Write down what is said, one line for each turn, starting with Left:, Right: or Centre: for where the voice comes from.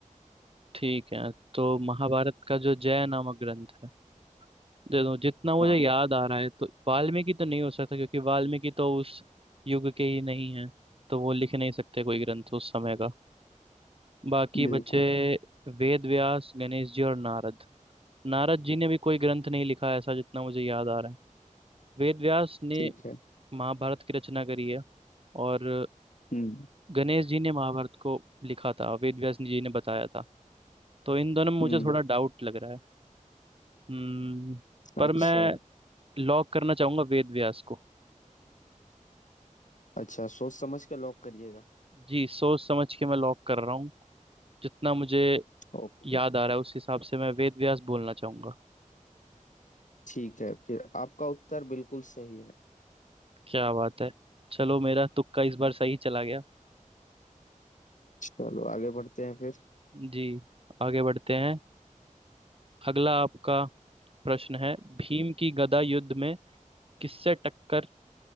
Right: ठीक है तो महाभारत का जो जय नामक ग्रंथ है देखो जितना मुझे
Left: हाँ
Right: याद आ रहा है तो वाल्मीकि तो नहीं हो सकता क्योंकि वाल्मीकि तो उस युग के ही नहीं है तो वो लिख नहीं सकते कोई ग्रंथ उस समय का बाकी
Left: बिल्कुल
Right: बचे वेद व्यास गणेश जी और नारद नारद जी ने भी कोई ग्रंथ नहीं लिखा है, ऐसा जितना मुझे याद आ रहा है वेद व्यास ने
Left: ठीक है
Right: महाभारत की रचना करी है और
Left: हम्म
Right: गणेश जी ने महाभारत को लिखा था वेद व्यास जी ने बताया था तो इन दोनों में मुझे
Left: हम्म
Right: थोड़ा डाउट लग रहा है हम्म, पर
Left: अच्छा
Right: मैं लॉक करना चाहूंगा वेद व्यास को
Left: अच्छा सोच समझ कर लॉक करिएगा
Right: जी सोच समझ के मैं लॉक कर रहा हूँ जितना मुझे
Left: ओके
Right: याद आ रहा है उस हिसाब से मैं वेद व्यास बोलना चाहूंगा
Left: ठीक है फिर आपका उत्तर बिल्कुल सही है
Right: क्या बात है चलो मेरा तुक्का इस बार सही चला गया
Left: चलो आगे बढ़ते हैं फिर
Right: जी आगे बढ़ते हैं अगला आपका प्रश्न है भीम की गदा युद्ध में किससे टक्कर